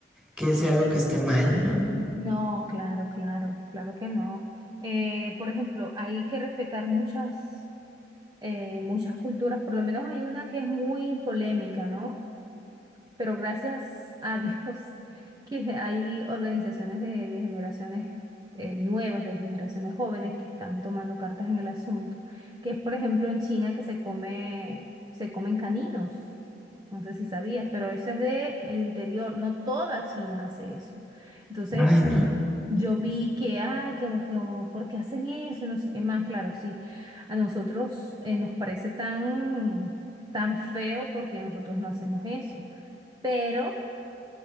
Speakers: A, in the centre; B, on the right (about 25°).
A: que sea algo que esté mal, ¿no?
B: No, claro, claro, claro que no. Eh, por ejemplo, hay que respetar muchas. eh, muchas culturas, por lo menos hay una que es muy polémica, ¿no? pero gracias a Dios <laughs> que hay organizaciones de, de generaciones eh, nuevas, de generaciones jóvenes que están tomando cartas en el asunto, que es por ejemplo en China que se come, se comen caninos. No sé si sabías, pero eso es de el interior. No toda China hace eso. Entonces,
A: Ay, no.
B: yo vi que, ay, que, como, que como, ¿por qué hacen eso? No sé qué más. Claro, sí. A nosotros eh, nos parece tan, tan feo porque nosotros no hacemos eso pero